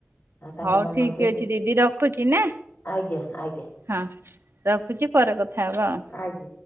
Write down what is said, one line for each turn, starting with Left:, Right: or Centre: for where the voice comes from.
Left: ଆଉ ତାଙ୍କ
Right: ହଉ
Left: ମାମାକୁ
Right: ଠିକ
Left: ସେ
Right: ଅଛି ଦିଦି ରଖୁଛି ନା।
Left: ଆଜ୍ଞା ଆଜ୍ଞା।
Right: ହଁ ରଖୁଛି ପରେ କଥା ହେବା ଆଉ।
Left: ଆଜ୍ଞା।